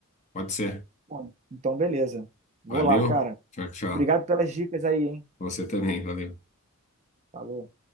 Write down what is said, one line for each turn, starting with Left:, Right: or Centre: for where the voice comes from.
Left: Pode ser.
Right: Bom, Então beleza. Vou
Left: Valeu.
Right: lá, cara.
Left: Tchau, tchau.
Right: Obrigado pelas dicas aí, hein?
Left: Você também, valeu.
Right: Falou.